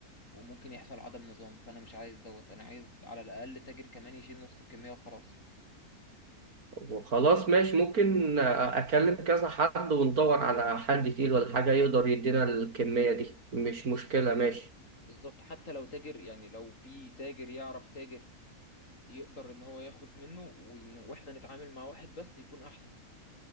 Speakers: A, on the left (about 55°); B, on the right (about 75°).
A: وممكن يحصل عدم نظام فأنا مش عايز دوت أنا عايز على الأقل تاجر كمان يشيل نص الكمية وخلاص
B: وخلاص ماشي ممكن اكلم كذا حد وندور على حد تقيل ولا حاجه يقدر يدينا الكميه دي مش مشكله
A: بالظبط
B: ماشي
A: بالظبط حتى لو تاجر يعني لو في تاجر يعرف تاجر يقدر ان هو ياخد منه وإن واحنا نتعامل مع واحد بس يكون احسن